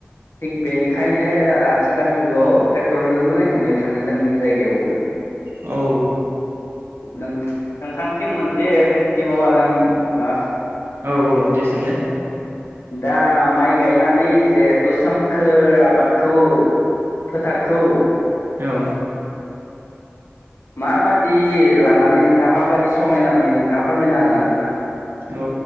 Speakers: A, on the left (about 75°); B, on the right (about 65°).
A: थिग बेनिखायनो आथिखाल जुगाव ट्रेक्टरजोंनो हेवनाय थाङो जोंनि जायगायावबो
B: औ
A: नोंथांसिम मोनसे सोंथिबाव आरो लास्त
B: औ औ दे सोंलाय
A: दा माइ गायनानै जिहेथु सोमखोर आबादखौ फोथारखौ
B: औ
A: माबायदि लानानै नोंथाङा माबायदि समायना नुयो नोंथाङा फोरमायना होनो हागोन ना
B: औ